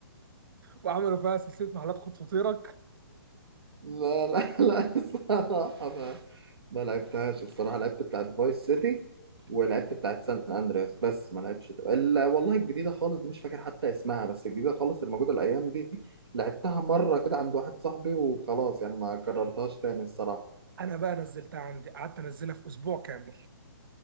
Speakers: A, on the right; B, on the right.
A: وعملوا فيها سلسله محلات خد فطيرك
B: <laughs> لا لا لا الصراحة ما لعبتهاش الصراحة لعبت بتاعت فايس سيتي ولعبت بتاعت سان اندرياس بس ما لعبتش الا والله الجديدة خالص دي مش فاكر حتى اسمها بس الجديدة خالص الموجودة الايام دي لعبتها مرة كده عند واحد صاحبي وخلاص يعني ما كررتهاش تاني الصراحة
A: <laughs> انا بقى نزلتها عندي قعدت انزلها في اسبوع كامل